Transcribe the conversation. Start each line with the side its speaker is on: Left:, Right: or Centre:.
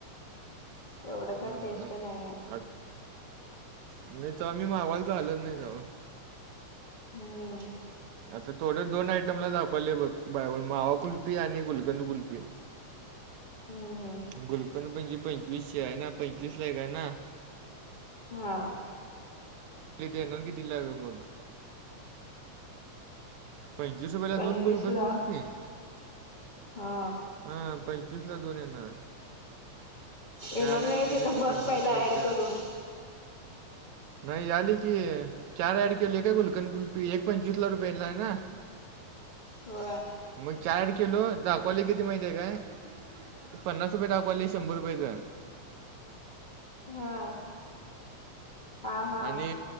Left: एवढं
Right: हं,
Left: काही टेस्ट
Right: आत-
Left: नाहीये
Right: आत- नाही त आम्ही मागवायला तर आलत नाही जाव
Left: हम्म
Right: आता थोड्या दोन आयटमला दाखवले बघ बा मावा कुलपी आणि गुलकंदू कुलपी
Left: हो हो
Right: गुलुकन पणजी पंचवीस आहे ना पंचवीस लाय काय ना
Left: हा
Right: पिथी कीतीला ग मग पणच जसं पहिला
Left: पंचवीस
Right: दोन गोल गंंद
Left: ला
Right: गुोल पी आहे
Left: हा
Right: हा पंचवीस ला दोन येणार
Left: येणार
Right: चार ॲड
Left: नाही
Right: केले
Left: तिथं
Right: की
Left: बघ
Right: पन्नासला
Left: पहिला
Right: चार
Left: ऍड करून
Right: नाही आली की चार आड केले का कुलकन कुलपी एक पंचवीस ला रुपयेला आहे ना
Left: हो
Right: मग चारठ किलो दखोले किती माहिती आहे काय पन्नास रुपये दाखवायला शंभर रुपयाेचं
Left: हा हा हा
Right: आणि